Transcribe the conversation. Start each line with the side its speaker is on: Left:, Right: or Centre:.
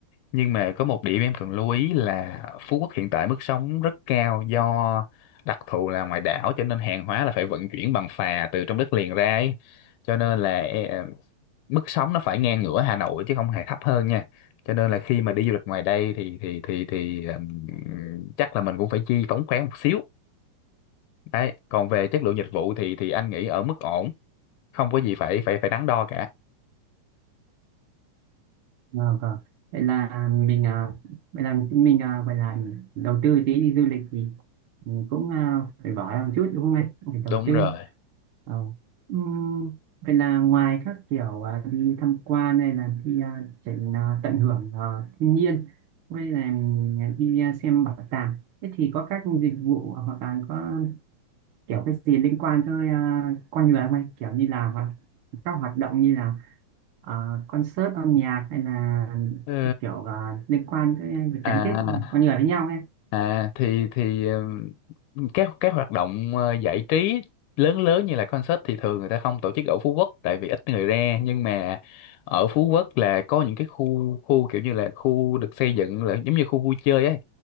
Left: nhưng mà có một điểm em cần lưu ý là Phú Quốc hiện tại mức sống rất cao do đặc thù là ngoài đảo cho nên hàng hóa là phải vận chuyển bằng phà từ trong đất liền ra ấy cho nên là e, mức sống nó phải ngang ngửa Hà Nội chứ không hề thấp hơn nha cho nên là khi mà đi du lịch ngoài đây thì thì thì thì ừm, chắc là mình cũng phải chi phóng khoáng một xíu đấy còn về chất lượng dịch vụ thì thì anh nghĩ ở mức ổn không có gì phải phải phải đắn đo cả
Right: À, vâng. Vậy là mình à, vậy là mình à, gọi là đầu tư tí đi du lịch thì cũng à, phải bỏ ra một chút đúng không anh? Cũng Phải đầu
Left: Đúng
Right: tư.
Left: rồi.
Right: Ờ. Ừm, vậy là ngoài các kiểu à, đi tham quan hay là đi à, trải- à, tận hưởng à, thiên nhiên hay là đi à, xem bảo tàng thế thì có các dịch vụ hoặc là có kiểu cái gì liên quan tới à, con người không anh kiểu như là hoạt- các hoạt động như là à, concert âm nhạc hay là
Left: Ờ,
Right: kiểu à, liên quan tới việc gắn
Left: à
Right: kết con người với nhau ấy
Left: à thì thì ừm, các các hoạt động ờ, giải trí lớn lớn như là concert thì thường người ta không tổ chức ở Phú Quốc tại vì ít người ra nhưng mà ở Phú Quốc là có những cái khu khu kiểu như là khu được xây dựng là giống như khu vui chơi ấy